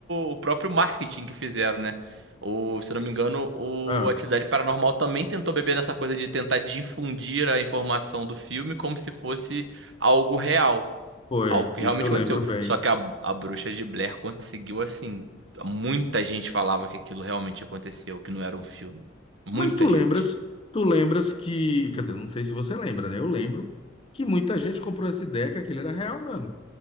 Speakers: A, on the right; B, on the left.
A: o próprio marketing que fizeram, né? O, se eu não me engano, o
B: Ah,
A: Atividade Paranormal também tentou beber nessa coisa de tentar difundir a informação do filme como se fosse algo real,
B: foi,
A: algo que
B: isso
A: realmente
B: eu
A: aconteceu.
B: lembro bem.
A: Só que a, a Bruxa de Blair conseguiu assim, muita gente falava que aquilo realmente aconteceu, que não era um filme. Muita
B: Mas tu lembras,
A: gente.
B: tu lembras que, quer dizer, eu não sei se você lembra, né? Eu lembro que muita gente comprou essa ideia que aquilo era real mesmo,